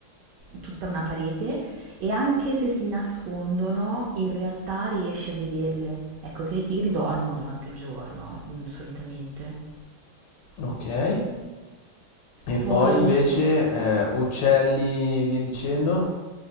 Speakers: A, on the right (about 75°); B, on the left (about 80°).
A: tutta una parete e anche se si nascondono, in realtà riesci a vederle. Ecco che i tigri dormono durante il giorno, mm, solitamente.
B: ok. E
A: Poi,
B: poi invece eh, uccelli, via dicendo?